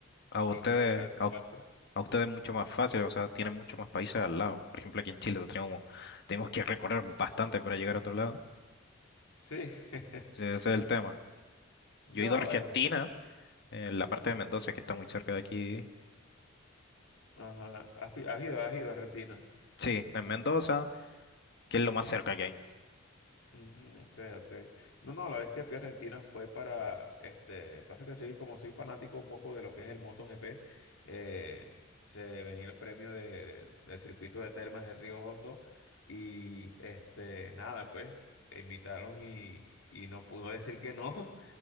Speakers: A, on the left; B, on the left.
A: a ustedes,
B: bloqueo en parte.
A: a a ustedes es mucho más fácil, o sea, tienen muchos más países al lado. Por ejemplo, aquí en Chile tenemos, tenemos que recorrer bastante para llegar a otro lado.
B: Sí. <laughs>
A: Ese ese es el tema.
B: No,
A: Yo he ido a Argentina,
B: bueno,
A: en la parte de Mendoza, que está muy cerca de aquí.
B: ajá, has pi- has ido, has ido a Argentina.
A: Sí, en Mendoza, que es lo más cerca que hay.
B: Mm, ok, ok. No, no, la vez que fui a Argentina fue para, este, pasa que soy, como soy fanático un poco de lo que es el MotoGP, eh, se venía el premio de- de- del circuito de Termas de Río Hondo y, este, nada, pues, me invitaron y, y no pudo decir que no <laughs>